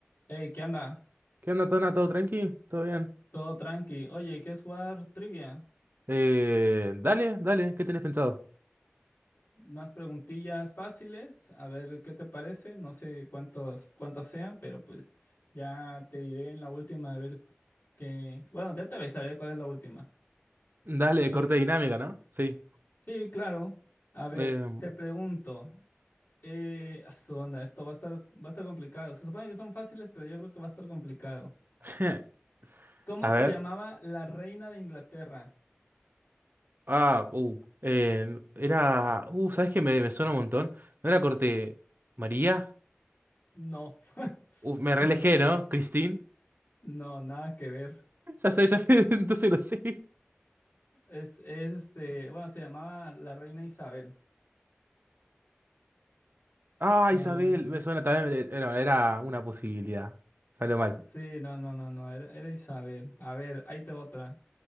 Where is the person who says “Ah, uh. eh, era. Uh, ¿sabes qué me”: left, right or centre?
Right